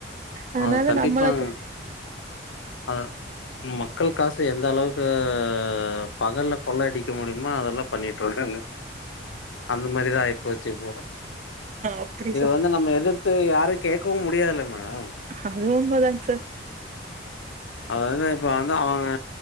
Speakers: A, on the right; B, on the left.
A: அதனால
B: அது தண்டிப்பாங்க
A: நம்மளுக்கு
B: ஆ உண்ம மக்கள் காசு எந்த அளவுக்கு அ பகல்ல கொள்ள அடிக்க முடியுமோ அதெல்லா பண்ணிட்டு இருக்காங்க அந்த மாரிதா ஆய் போச்சு இப்போ
A: அப்புடி
B: இத வந்து நம்ம எதிர்த்து யாரு கேட்கவு முடியாதில்லங் மேடம்
A: அது உண்மதாங் சார்
B: அதாது இப்போ வந்து அவுங்க